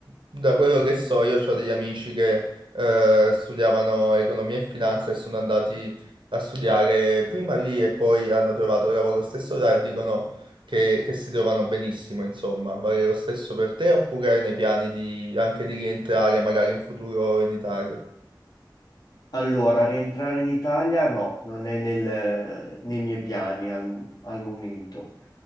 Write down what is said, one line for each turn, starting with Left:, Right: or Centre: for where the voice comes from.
Right: da quello che so io ho degli amici che eh, studiavano economia e finanza e sono andati a studiare prima lì e poi hanno trovato lavoro stesso là e dicono che, che si trovano benissimo, insomma. Vale lo stesso per te oppure hai nei piani di, anche di rientrare magari in futuro in Italia?
Left: Allora, rientrare in Italia no, non è nel- nei miei piani al, al momento.